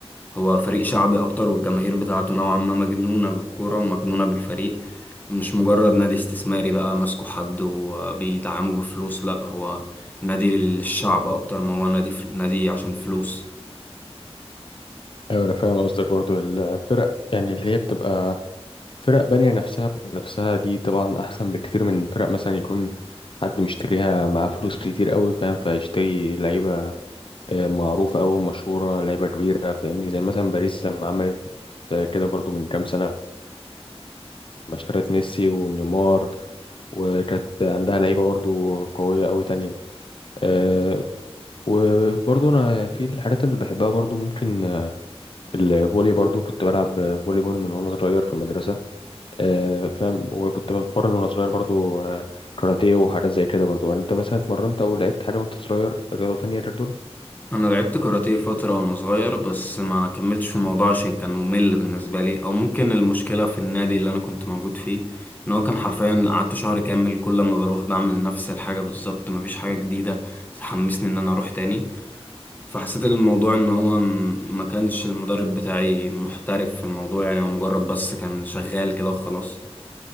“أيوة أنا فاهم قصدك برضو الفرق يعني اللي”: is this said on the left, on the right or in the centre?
Left